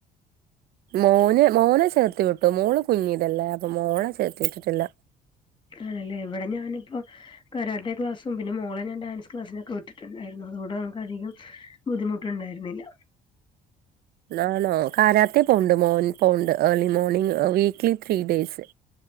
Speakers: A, on the right; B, on the left.
A: മോന് മോനെ ചേർത്തി വിട്ടു മോള് കുഞ്ഞീതല്ലേ അപ്പൊ മോളെ ചേർത്തി വിട്ടിട്ടില്ല
B: ആണല്ലേ ഇവിടെ ഞാനിപ്പോ കരാട്ടെ ക്ലാസ്സും പിന്നെ മോളെ ഞാൻ ഡാൻസ് ക്ലാസ്സിനൊക്കെ വിട്ടിട്ട്ണ്ടായിര്ന്നു അതുകൊണ്ട് നമുക്ക് അധികം ബുദ്ധിമുട്ടുണ്ടായിരുന്നില്ല
A: ആണോ കാരാത്തേ പോവ്ണ്ട് മോൻ പോവ്ണ്ട് early morning weekly three days